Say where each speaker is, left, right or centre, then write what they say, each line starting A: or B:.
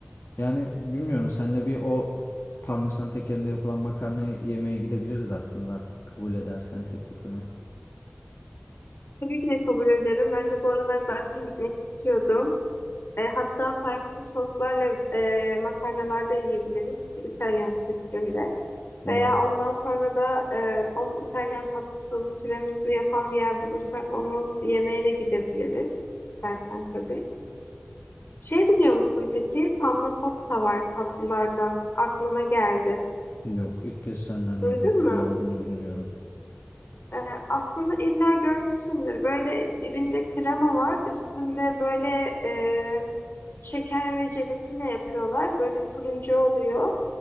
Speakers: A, on the left; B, on the left.
A: Yani bilmiyorum senle bir o parmesan tekerinde yapılan makarnayı yemeye gidebiliriz aslında. Kabul edersen teklifimi.
B: Tabii ki de kabul ederim. Ben de bu aralar zaten gitmek istiyordum. E, hatta farklı soslarla e, makarnalar da yiyebiliriz İtalyan kültüründe.
A: Allah
B: Veya ondan sonra da e, on İtalyan tatlısı, tiramisu yapan bir yer bulursak onu yemeğe de gidebiliriz. İstersen tabii. Şey biliyor musun peki? Panna cotta var tatlılardan. Aklıma geldi.
A: yok ilk kez senden
B: Duydun
A: duydum.
B: mu?
A: Ne olduğunu bilmiyorum.
B: Ee, aslında illa görmüşsündür. Böyle dibinde krema var. Üstünde böyle e, şeker ve jelatinle yapıyorlar. Böyle turuncu oluyor.